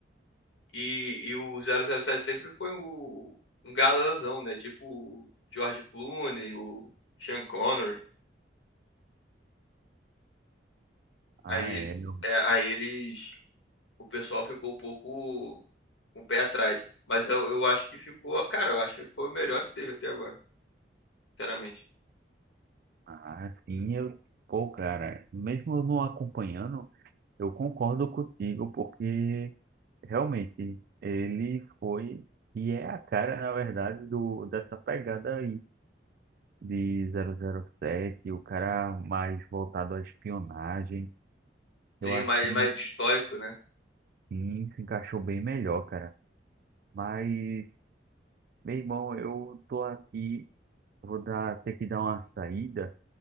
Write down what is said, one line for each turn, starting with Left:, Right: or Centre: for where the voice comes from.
Left: E, e o zero zero sete sempre foi o, um galãzão, né? Tipo o George Clooney, o Sean Connery.
Right: Ah,
Left: Aí,
Right: é. eu-
Left: é, aí eles, o pessoal ficou um pouco com o pé atrás. Mas eu, eu acho que ficou. Cara, eu acho que ele foi o melhor que teve até agora, sinceramente.
Right: Ah, sim, eu. Pô, cara, mesmo eu não acompanhando, eu concordo contigo, porque realmente ele foi e é a cara, na verdade, do, dessa pegada aí de zero zero sete o cara mais voltado à espionagem.
Left: Sim,
Right: Eu acho
Left: mais,
Right: que
Left: mais estoico, né?
Right: sim, se encaixou bem melhor, cara. Mas, meu irmão, eu tô aqui, vou dar, ter que dar uma saída.